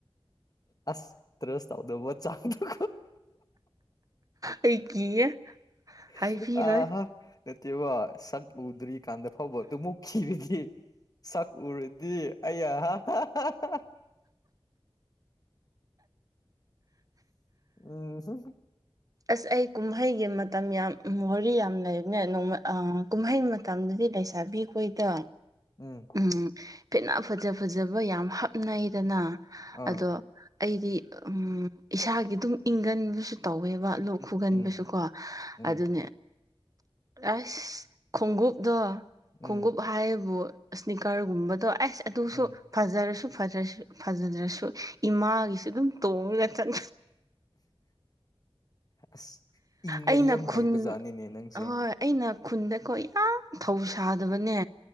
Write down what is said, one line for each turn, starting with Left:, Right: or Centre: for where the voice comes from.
Left: ꯑꯁ ꯇ꯭ꯔꯁ ꯇꯧꯗꯕ ꯆꯥꯡꯗ
Right: ꯑꯩ ꯀꯤꯌꯦ ꯍꯥꯏꯕꯤꯔꯣꯏ
Left: <inaudible> ꯎꯗ꯭ꯔꯤꯀꯥꯟꯗ ꯐꯥꯎꯕ ꯑꯗꯨ ꯃꯨꯛꯈꯤꯔꯗꯤ ꯁꯛ ꯎꯔꯗꯤ ꯑꯩ ꯑꯍ <unintelligible> ꯎꯝ
Right: ꯑꯁ ꯑꯩ ꯀꯨꯝꯍꯩꯒꯤ ꯃꯇꯝ ꯌꯥꯝ ꯃꯔꯤ ꯌꯥꯝ ꯂꯩꯕꯅꯦ ꯅꯣꯡꯃꯩ ꯀꯨꯝꯍꯩ ꯃꯇꯝꯗꯨꯗꯤ ꯂꯩꯁꯥꯕꯤꯨ ꯑꯩꯈꯣꯏꯗ
Left: ꯎꯝ
Right: ꯎꯝ ꯐꯤꯠꯅ ꯐꯖ ꯐꯖꯕ ꯌꯥꯝ ꯍꯥꯞꯅꯩꯗꯅ
Left: ꯑꯥ
Right: ꯑꯗꯣ ꯑꯩꯗꯤ ꯎꯝ ꯏꯁꯥꯒꯤ ꯑꯗꯨꯝ ꯏꯪꯒꯟꯕꯁꯨ ꯇꯧꯋꯦꯕ ꯈꯨꯒꯟꯕꯁꯨꯀꯣ
Left: ꯎꯝ ꯎꯝ
Right: ꯑꯗꯨꯅꯦ ꯑꯁ ꯈꯣꯡꯎꯞꯗꯣ
Left: ꯎꯝ
Right: ꯈꯣꯡꯎꯞ ꯍꯥꯏꯌꯦꯕꯨ ꯏꯁꯅꯤꯛꯀꯔꯒꯨꯝꯕꯗꯣ ꯑꯁ ꯑꯗꯨꯁꯨ
Left: ꯎꯝ
Right: ꯐꯖꯔꯁꯨ ꯐꯖꯔꯁꯨ ꯐꯖꯗ꯭ꯔꯁꯨ ꯏꯃꯥꯒꯤꯁꯨ ꯑꯗꯨꯝ ꯇꯣꯡꯉꯒ ꯆꯠ
Left: <inaudible> ꯑꯁ ꯏꯪꯕꯗꯤ
Right: ꯑꯩꯅ
Left: ꯌꯥꯝ
Right: ꯈꯨꯟ
Left: ꯍꯩꯕ ꯖꯥꯠꯅꯤꯅꯦ ꯅꯪꯁꯦ
Right: ꯑꯍꯣꯏ ꯑꯩꯅ ꯈꯨꯟꯗꯀꯣ ꯌꯥꯝ ꯊꯧ ꯁꯥꯗꯕꯅꯦ